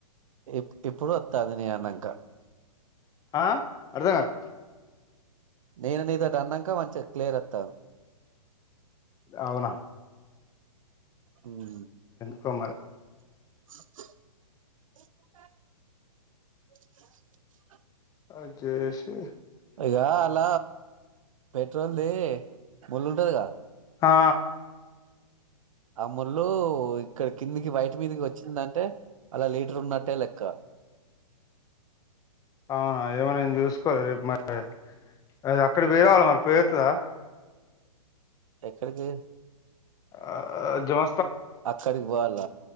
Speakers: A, on the right; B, on the left.
A: ఇప్ ఇప్పుడు అత్తాంది నేన్ అన్నంక
B: ఆ అర్ధం కాలే
A: నేను నీతోటి అన్నంక మంచిగా క్లియర్ అత్తాంది
B: అవునా
A: ఉమ్
B: కుమరి
A: <inaudible> <inaudible>
B: అజ్జేషి
A: ఇగా అల పెట్రోల్ది ముళ్ళుంటదిగా
B: ఆ
A: ఆ ముళ్ళు ఇక్కడ కిందికి వయటి మీదకి వచ్చిందంటే అలా లీటర్ ఉన్నట్టే లెక్క
B: అవునా ఏమన్నా చూసుకోవాలి రేపు మరి అ అక్కడ పో రావాలి మరి పోరుతుందా
A: ఎక్కడికి
B: ఆఆ జమ
A: అక్కడికి పోవల్ల